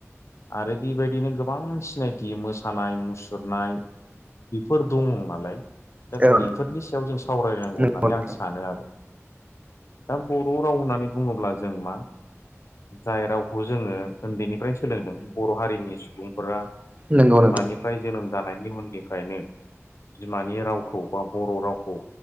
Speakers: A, on the left; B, on the right.
A: आरो बेबायदिनो गोबां सिनायथि मोसानाय मुसुरनाय बेफोर दङ नालाय। दा
B: औ
A: बेफोरनि सायाव जों सावरायनांगौ
B: नंगौ
A: होननानै
B: नोंथां
A: आं सानो आरो। दा बर' राव होननानै बुङोब्ला जों मा जाय रावखौ जोङो उन्दैनिफ्राय सोलोंदों बर' हारिनि सुबुंफोरा
B: नंगौ
A: बिमानिफ्राय
B: नंगौ
A: जोनोम जानायनि उननिफ्रायनो बिमानि रावखौ बा बर' राव खौ